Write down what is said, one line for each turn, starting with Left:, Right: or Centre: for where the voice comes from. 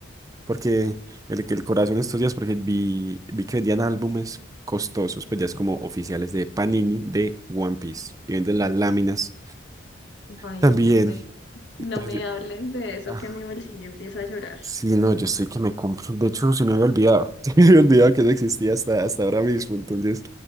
Right: Porque el, que el corazón estos días, porque vi, vi que vendían álbumes costosos, pues ya es como oficiales de Panini de One Piece. Y venden las láminas
Left: Ay,
Right: también.
Left: no me, no
Right: Entonces
Left: me
Right: yo,
Left: hablen de eso
Right: ah,
Left: que mi bolsillo empieza a llorar.
Right: Sí, no, yo estoy que me compro. De hecho, se me había olvidado. <laughs> Se me había olvidado que no existía hasta, hasta ahora mismo. Entonces,